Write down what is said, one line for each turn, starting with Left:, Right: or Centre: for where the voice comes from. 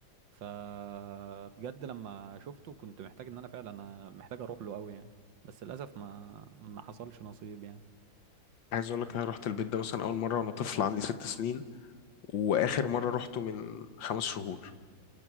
Right: فبجد لما شفته كنت محتاج ان انا فعلا انا محتاج اروح له قوي يعني بس للاسف ما ما حصلش نصيب يعني
Left: عايز اقول لك انا رحت البيت ده مثلا اول مره وانا طفل عندي ست سنين واخر مره روحته من خمس شهور